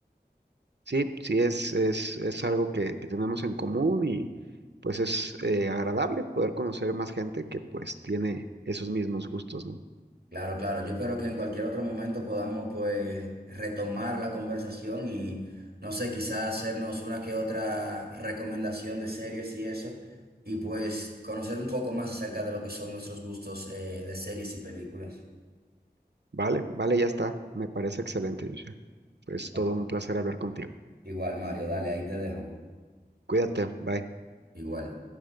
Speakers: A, on the right; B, on the right.
A: Sí, sí, es, es, es algo que, que tenemos en común y pues es eh, agradable poder conocer más gente que pues tiene esos mismos gustos, ¿no?
B: Claro, claro. Yo espero que en cualquier otro momento podamos pues retomar la conversación y no sé, quizás hacernos una que otra recomendación de series y eso, y pues conocer un poco más acerca de lo que son nuestros gustos eh, de series y películas.
A: Vale, vale, ya está. Me parece excelente, Joshua. Es
B: Bueno,
A: todo un placer hablar contigo.
B: igual, Mario, dale, ahí te dejo.
A: Cuídate, bye.
B: Igual.